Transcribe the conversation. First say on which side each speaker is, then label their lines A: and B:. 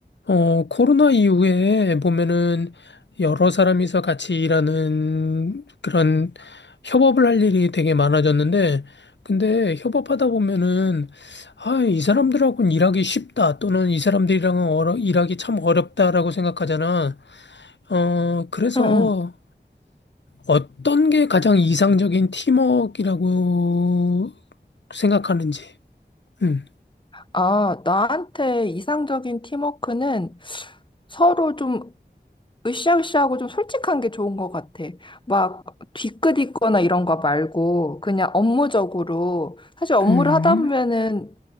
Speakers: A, on the left (about 85°); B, on the left (about 25°).
A: 어, 코로나 이후에 보면은 여러 사람이서 같이 일하는 그런 협업을 할 일이 되게 많아졌는데, 근데 협업하다 보면은, 아, 이 사람들하고는 일하기 쉽다, 또는 이 사람들이랑은 어려- 일하기 참 어렵다라고 생각하잖아. 어, 그래서
B: 응, 응.
A: 어떤 게 가장 이상적인 팀워크라고 생각하는지. 음,
B: 아, 나한테 이상적인 팀워크는 서로 좀 으쌰으쌰하고 좀 솔직한 게 좋은 것 같아. 막 뒤끝있거나 이런 거 말고 그냥 업무적으로 사실 업무를
A: 음.
B: 하다 보면은